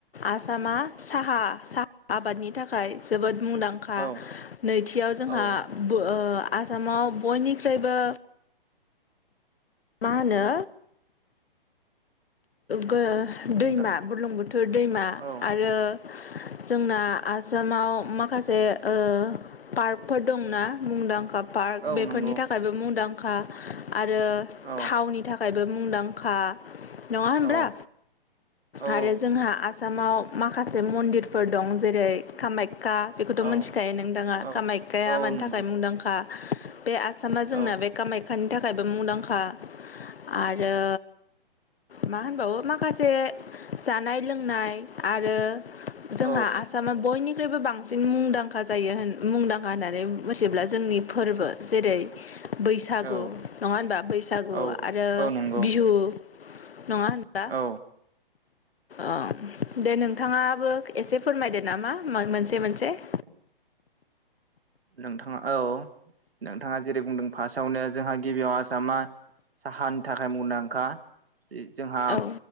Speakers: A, on the left; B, on the right.
A: आसामा साहा-साहा आबादनि थाखाय जोबोद मुंदांखा।
B: औ
A: नैथियाव जोंहा
B: औ
A: बोआ आसामाव बयनिख्रयबो मा होनो गो दैमा
B: बुंदों
A: बुरलुंबोथोर दैमा
B: औ
A: आरो जोंना आसामाव माखासे ओ पार्कफोर दंना, मुंदांखा पार्क
B: औ
A: बेफोरनि
B: नंगौ
A: थाखायबो मुंदांखा आरो
B: औ
A: थावनि थाखाय थाखायबो मुंदांखा, नङा होनब्ला?
B: औ औ
A: आरो जोंहा आ आसामाव माखासे मन्दिरफोर दं, जेरै- कामाख्या खा बेखौथ'
B: औ
A: मिथिखायो नोंथाङा,
B: औ
A: कामाख्यााया
B: औ
A: मानि
B: नंगौ
A: थाखाय मुंदांखा बे आसामामा जोंना
B: औ
A: बे कामाख्याानि थाखायबो मुंदांखा आरो मा होनबावो माखासे जानाय लोंनाय आरो जोंहा
B: औ
A: आसामा बयनि निख्रुइबो बांसिन मुंदांखा जायो होन मुंदांखा होननानै मिथियोब्ला जोंनि फोरबो, जेरै बैसागु
B: औ
A: नङा होनबा बैसागु
B: औ
A: आरो
B: औ नंगौ
A: बिहु नङा होनबा?
B: औ
A: आम दे नोंथाङा-बो एसे फोरमायदो नामा मोनसे-मोनसे <inaudible>
B: नोंथाङा औ नोंथाङा जेरै बुंदों फार्स्टआवनो जोंहा गिबियाव आसामा साहानि थाखाय मुंदांखा जोंहा
A: औ